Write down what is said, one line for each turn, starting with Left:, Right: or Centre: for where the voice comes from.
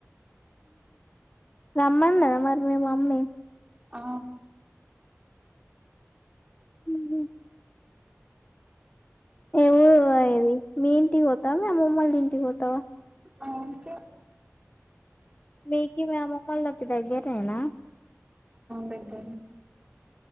Left: రమ్మదా మరి మేము మమ్మీ
Right: ఆ
Left: ఉ ఏవ అది మీ ఇంటికి పోతావా మము మమ్మళ్ళ ఇంటికి పోతావా
Right: మా ఇంటికి
Left: మీకి మ్యా మమ్మల్లా తందా గరేనా
Right: ఇబ